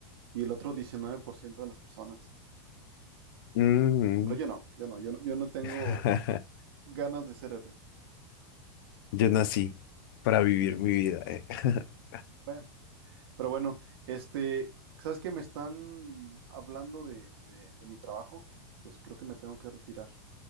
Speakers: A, on the right; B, on the left.
A: y el otro 19% de las personas.
B: Mm.
A: Pero yo no, yo no, yo no, yo no tengo
B: <laughs>
A: ganas de ser héroe.
B: Yo nací para vivir
A: Sí.
B: mi vida. eh. <laughs>
A: Bueno. Pero bueno, este, ¿sabes que Me están hablando de, de- de mi trabajo, entonces creo que me tengo que retirar.